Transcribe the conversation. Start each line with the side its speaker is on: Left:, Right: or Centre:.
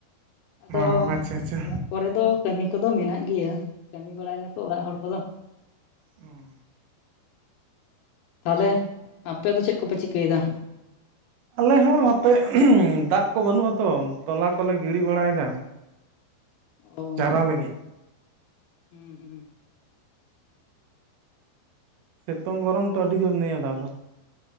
Left: ᱟᱫᱚ
Right: ᱚ ᱚ ᱟᱪᱪᱷᱟ ᱟᱪᱪᱷᱟ
Left: ᱚᱲᱟᱜ ᱠᱚᱨᱮ ᱫᱚ, ᱠᱟᱹᱢᱤ ᱠᱚ ᱫᱚ ᱢᱮᱱᱟᱜ ᱜᱮᱭᱟ, ᱠᱟᱹᱢᱤ ᱵᱟᱲᱟᱭ ᱫᱟ ᱠᱚ, ᱚᱲᱟᱜ ᱦᱚᱲ ᱠᱚ ᱫᱚ᱾
Right: ᱩᱸ᱾
Left: ᱛᱟᱦᱞᱮ ᱟᱯᱮ ᱫᱚ ᱪᱮᱫ ᱠᱚᱯᱮ ᱪᱤᱠᱟᱹᱭ ᱫᱟ?
Right: ᱟᱞᱮ ᱦᱚᱸ ᱟᱯᱮᱹ ᱫᱟᱜ ᱠᱚ ᱵᱟᱹᱱᱩᱜ ᱟᱛᱚ ᱛᱚᱞᱟ ᱠᱚᱞᱮ ᱜᱤᱲᱤ ᱵᱟᱲᱟᱭᱫᱟ᱾
Left: ᱚ
Right: ᱪᱟᱨᱟ ᱞᱮᱜᱮ᱾
Left: ᱦᱩᱸ, ᱦᱩᱸ᱾
Right: ᱥᱮᱛᱳᱝ ᱜᱚᱨᱚᱢ ᱛᱚ ᱟᱹᱰᱤ ᱡᱳᱨ ᱱᱤᱭᱟᱹ ᱫᱷᱟᱣ ᱫᱚ᱾